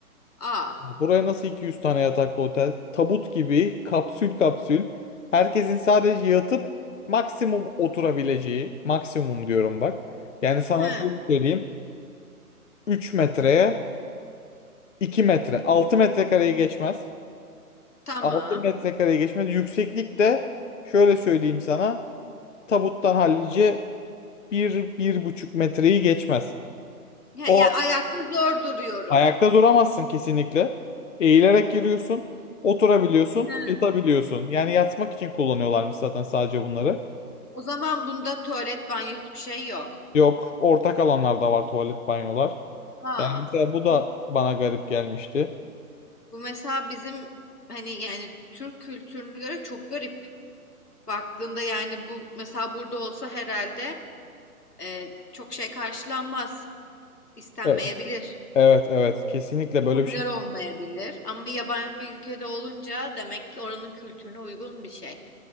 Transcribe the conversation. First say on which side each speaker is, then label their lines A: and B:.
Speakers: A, on the left; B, on the left.
A: Aa.
B: Buraya nasıl 200 tane yataklı otel? Tabut gibi kapsül kapsül. Herkesin sadece yatıp maksimum oturabileceği. Maksimum diyorum bak. Yani sana
A: Hı.
B: şöyle söyleyeyim. üç metreye iki metre. altı metrekareyi geçmez.
A: Tamam.
B: altı metrekareyi geçmez. Yükseklik de şöyle söyleyeyim sana. Tabuttan hallice bir buçuk metreyi geçmez.
A: Ya,
B: O
A: ya ayakta zor duruyorum.
B: Ayakta duramazsın kesinlikle. Eğilerek giriyorsun. Oturabiliyorsun.
A: He.
B: Yatabiliyorsun. Yani yatmak için kullanıyorlarmış zaten sadece bunları.
A: O zaman bunda tuvalet, banyo hiçbir şey yok.
B: Yok. Ortak alanlarda var tuvalet, banyolar.
A: Aa,
B: Yani mesela bu da
A: bu,
B: bana garip gelmişti.
A: bu mesela bizim hani yani Türk kültürüne göre çok garip. Baktığında yani bu mesela burada olsa herhalde e, çok şey karşılanmaz. İstenmeyebilir.
B: E- Evet evet kesinlikle böyle
A: Popüler
B: bir şey.
A: olmayabilir. Ama yabancı bir ülkede olunca demek ki oranın kültürüne uygun bir şey.